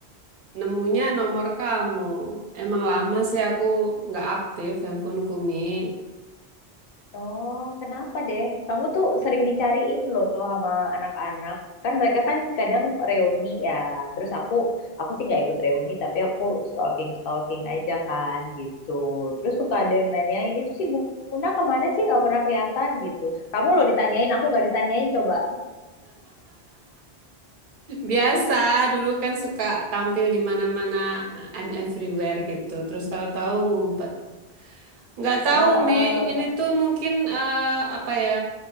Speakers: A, on the right (about 55°); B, on the left (about 65°).
A: nemunya nomor kamu. Emang lama sih aku nggak aktif handphoneku, Mi. <laughs>
B: Oh, kenapa deh? Kamu tuh sering dicariin loh sama anak-anak. Kan mereka kan kadang reuni ya. Terus aku, aku sih nggak ikut reuni, tapi aku stalking-stalking aja kan gitu. Terus suka ada yang nanyain, itu sih Muna kemana sih nggak pernah kelihatan gitu. Kamu loh ditanyain, aku nggak ditanyain coba.
A: Biasa, dulu kan suka tampil di mana-mana, I'm everywhere gitu. Terus tahu-tahu ngumpet. Nggak tahu,
B: Heeh.
A: Mi. Ini tuh mungkin eh, apa ya?